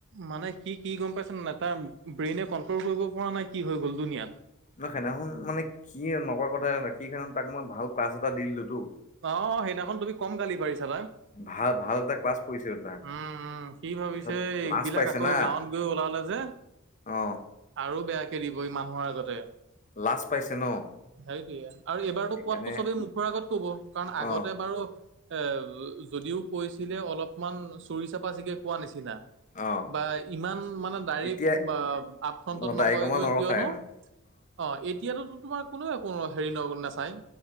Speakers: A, on the right (about 55°); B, on the left (about 35°).
A: মানে সি কি গম পাইছে তাৰ ব্ৰেইনে কন্ট্ৰল কৰিব পৰা নাই কি হৈ গ'ল দুুনিয়াত।
B: নহ সেদিনাখনুন মানে কি না কথা কি খে তাক মই ভাল ক্লাছ এটা দি দিলোতো।
A: অ, অ সেইদিনাখন তুমি কম গালি পাৰিছা না।
B: ভাল ভাল এটা ক্লাছ পৰিছে তাৰ
A: উম, উম কি ভাবিছে
B: তাৰপিছত
A: এইবিলাক
B: লাজ পাইছে
A: আকৌ
B: না
A: গাঁৱত গৈ ওলালে। যে
B: অ
A: আৰু বেয়াকে দিব ই মানুহৰ আগতে।
B: লাজ পাইছে ন
A: সেইটোৱে আৰু এইবাৰতো
B: সেইকাৰণে
A: পাতটো চবেই মুখৰ আগত ক'ব কাৰণ
B: অ',
A: আগতে বাৰু। এ, যদিও কৈছিলে অলপমান চুৰি চপা চিগে কোৱা নিচিনা।
B: অ',
A: বা ইমান মানে ডাইৰেক্ট
B: এতিয়া
A: আপফ্ৰন্টত
B: অ',
A: নকয়গৈ
B: দাইকমা নৰখায়
A: কিয়নো
B: আৰু
A: অ, এইটো। এতিয়াতো তোমাৰ কোনোও একো হেৰি ন নাচায়